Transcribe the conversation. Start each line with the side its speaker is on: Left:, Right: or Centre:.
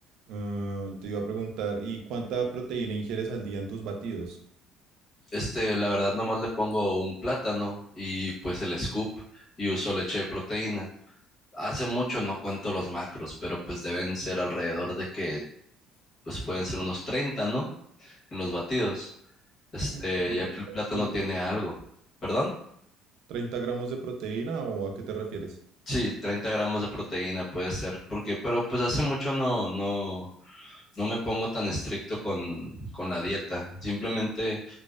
Right: Ah, te iba a preguntar, ¿y cuánta proteína ingieres al día en tus batidos?
Left: Este, la verdad, nomás le pongo un plátano y pues el scoop y uso leche de proteína. Hace mucho no cuento los macros, pero pues deben ser alrededor de que, pues pueden ser unos 30, ¿no? En los batidos. Este,
Right: ¿Como
Left: ya
Right: 30
Left: que el plátano
Right: gramos de
Left: tiene
Right: proteína?
Left: algo. ¿Perdón?
Right: ¿30 gramos de proteína o a qué te refieres?
Left: Sí, 30 gramos de proteína puede ser, porque, pero pues hace mucho no, no. No me pongo tan estricto con, con la dieta. Simplemente